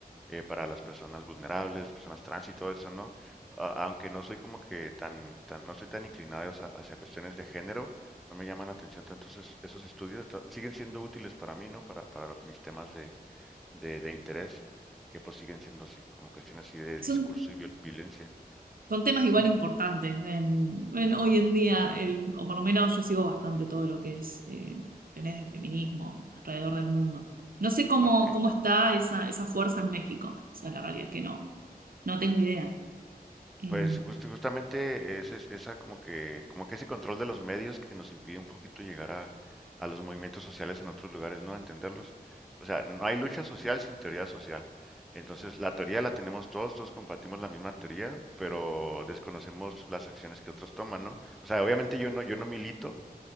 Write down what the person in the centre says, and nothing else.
eh, para las personas vulnerables, personas trans y todo eso, ¿no? A- aunque no soy como que tan, tan no soy tan inclinado hacia, hacia cuestiones de género, no me llaman la atención tanto esos, esos estudios, to- siguen siendo útiles para mí, ¿no? Para, para mis temas de, de, de interés, que pues siguen siendo así, como cuestiones así de
discurso
y viol- violencia.
Ujú.
Ok.
Pues justo- justamente es, es- esa como que, como que ese control de los medios que nos impide un poquito llegar a, a los movimientos sociales en otros lugares, ¿no? A entenderlos. O sea, no hay lucha social sin teoría social. Entonces, la teoría la tenemos todos, todos compartimos la misma teoría, pero desconocemos las acciones que otros toman, ¿no? O sea, obviamente yo no, yo no milito,